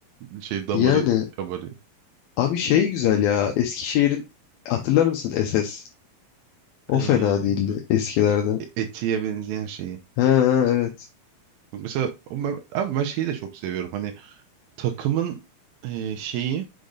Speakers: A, on the right (about 75°); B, on the left (about 80°).
A: <laughs> şey damarı
B: Yani
A: kabarıyor.
B: Abi şey güzel ya. Eskişehir'in hatırlar mısın SS? O
A: Ee,
B: fena değildi eskilerden.
A: E-, etiye benzeyen şeyi.
B: Ha ha, evet.
A: Mesela ama, ben, abi ben şeyi de çok seviyorum. Hani takımın e, şeyi